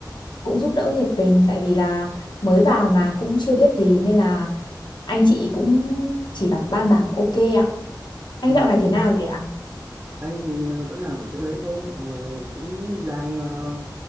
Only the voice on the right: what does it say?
Ừ,
anh thì ờ, vẫn làm ở chỗ đấy thôi, ờ, cũng đang ờ,